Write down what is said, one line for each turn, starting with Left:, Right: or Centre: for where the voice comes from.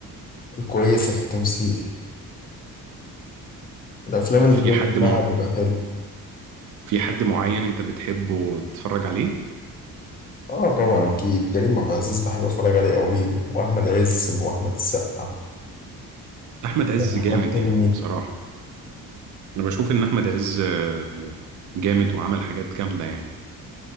Left: الكويسه في التمثيل الافلام اللي
Right: في
Left: الريت
Right: حد
Left: بتاعها
Right: مع...
Left: بيبقى حلو
Right: في حد معين انت بتحبه تتفرج عليه
Left: اه طبعا اكيد كريم عبد العزيز بحب اتفرج عليه قوي واحمد عز واحمد السقا
Right: احمد عز
Left: واحمد
Right: جامد
Left: حلمي
Right: يعني بصراحة انا بشوف ان احمد عز آه، جامد وعمل حاجات جامدة يعني